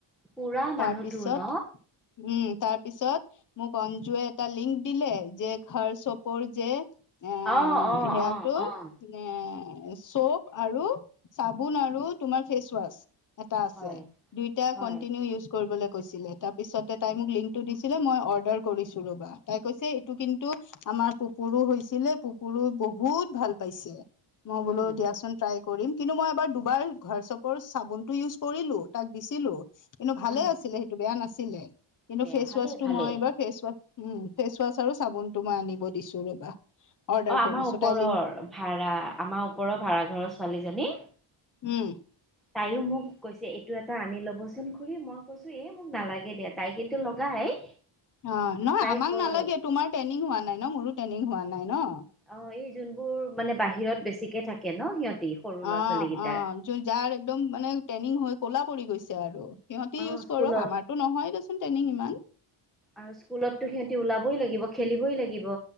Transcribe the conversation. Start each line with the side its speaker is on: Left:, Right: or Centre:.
Centre: পুৰা
Left: তাৰপিছত
Centre: মানুহটো ন
Left: উম তাৰপিছত মোক অঞ্জুৱে এটা লিংক দিলে যে, ঘৰ চপৰ যে এহ
Centre: অ' অ'
Left: সেয়াতো
Centre: অ' অ'
Left: এ চফ আৰু চাবোন আৰু তোমাৰ ফেচ ৱাছ। এটা আছে
Centre: হয়।
Left: দুইটা
Centre: হয়,
Left: ক কৈছিলে তাৰ পিছতে তাই মোক লিংকটো দিছিলে মই অৰ্ডাৰ কৰিছো ৰবা। তাই কৈছে এইটো কিন্তু আমাৰ পুপুৰু হৈছিলে পুপুৰু বহুত ভাল পাইছে। মই
Centre: উম,
Left: বোলো দিয়াচোন ট্ৰাই কৰিম। কিন্তু মই এবাৰ দুবাৰ ঘৰ চপৰ চাবোনটো ইউজ কৰিলো তাক দিছিলো। কিন্তু ভালে
Centre: উম,
Left: আছিলে সেইটো বেয়া নাছিলে। কিন্তু
Centre: বেয়া
Left: ফেচৱাছটো
Centre: ভালেই ভালেই।
Left: মই এইবাৰ ফেচ ৱাছ উম ফেচ ৱাচ আৰু চাবোনটো মই আনিব দিছো ৰবা। অৰ্ডাৰ
Centre: অ আমাৰ
Left: কৰিছো
Centre: ওপৰৰ
Left: তাই লিংকটো
Centre: ভাড়া আমাৰ ওপৰৰ ভাড়া ঘৰৰ ছোৱালীজনী
Left: উম।
Centre: তাইও মোক কৈছে এইটো এটা আনি ল'বচোন খুৰী, মই কৈছোঁ এ মোক নালাগে দিয়া তাই কিন্তু লগাই।
Left: অ নহয়
Centre: তাই
Left: আমাক
Centre: কয়
Left: নালাগে তোমাৰ ট্ৰেইনিং হোৱা নাই ন মোৰো ট্ৰেইনিং হোৱা নাই ন।
Centre: অহ এই যোনবোৰ মানে বাহিৰত বেছিকে থাকে ন সিহঁতি। সৰু ল'ৰা
Left: অঁ
Centre: ছোৱালী কেইটাৰ
Left: অঁ যোন-যাৰ একদম মানে টেনিং হৈ ক'লা পৰি গৈছে আৰু। সিহঁতি
Centre: অ',
Left: ইউজ
Centre: স্কুলত
Left: কৰক আমাৰতো নহয় দেচোন টেনিং ইমান।
Centre: আৰু স্কুলততো সিহঁতি ওলাবই লাগিব, খেলিবই লাগিব।